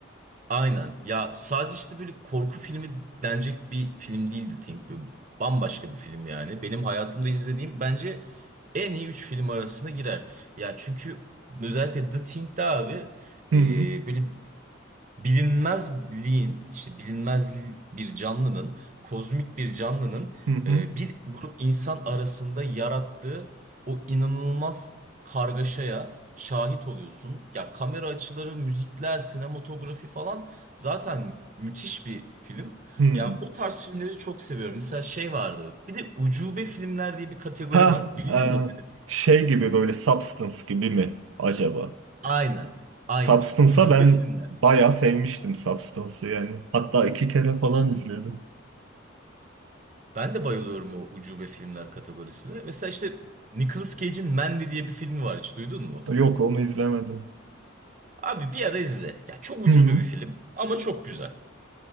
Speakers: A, on the right; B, on the right.
A: Aynen. Ya sadece işte böyle korku filmi denecek bir film değildi Think. Böyle bambaşka bir film yani. Benim hayatımda izlediğim bence en iyi 3 film arasına girer. Ya çünkü özellikle The Thing'de abi
B: Hmm,
A: e, böyle bilinmezliğin işte bilinmez bir canlının kozmik bir canlının
B: hı hı,
A: e, bir grup insan arasında yarattığı o inanılmaz kargaşaya şahit oluyorsun. Ya kamera açıları, müzikler, sinematografi falan zaten müthiş bir film.
B: hmm.
A: Yani o tarz filmleri çok seviyorum. Mesela şey vardı. Bir de ucube filmler diye bir kategori
B: Ha,
A: var. Bildin
B: e,
A: mi o kategoriyi?
B: şey gibi böyle Substance gibi mi acaba?
A: Aynen. Aynen.
B: Substance'a
A: Ucube
B: ben
A: filmler.
B: bayağı sevmiştim Substance'ı yani. Hatta iki kere falan izledim.
A: Ben de bayılıyorum o ucube filmler kategorisine. Mesela işte Nicolas Cage'in Mandy diye bir filmi var hiç duydun mu?
B: Yok onu izlemedim.
A: Abi bir ara izle. Ya çok ucube
B: Hı.
A: bir film ama çok güzel.